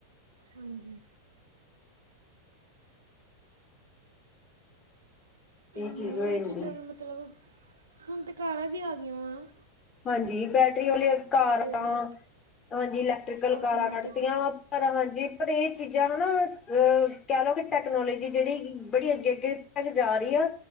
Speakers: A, on the right (about 70°); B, on the left (about 25°).
A: ਹਾਂਜੀ
B: ਇਹ
A: ਨਹੀਂ
B: ਚੀਜ਼ ਹੋ
A: ਇਹ
B: ਜਾਂਦੀ
A: ਚੀਜ਼ਾਂ ਮਤਲਬ ਹੁਣ ਤੇ ਕਾਰਾਂ ਵੀ ਆ ਗਈਆਂ ਵਾਂ
B: ਹਾਂਜੀ ਬੈਡ ਕਟਰੀ ਵਾਲੀਆਂ ਕਾਰਾਂ,
A: ਵਾਲੀਆਂ
B: ਹਾਂਜੀ ਇਲੈਕਟ੍ਰਕਲ
A: ਆਟੋਮੈਟਿਕ
B: ਕਾਰਾਂ ਕੱਢਦੀਆਂ ਵਾ, ਪਰ ਹਾਂਜੀ ਪਰ ਇਹ ਚੀਜ਼ਾਂ ਹੈਨਾ ਅ, ਕਹਿ ਲੋ ਕਿ ਟੈਕਨੋਲੋਜੀ ਜਿਹੜੀ ਹੈਗੀ, ਬੜੀ ਅੱਗੇ ਅੱਗੇ ਤੱਕ ਜਾ ਰਹੀ ਏ।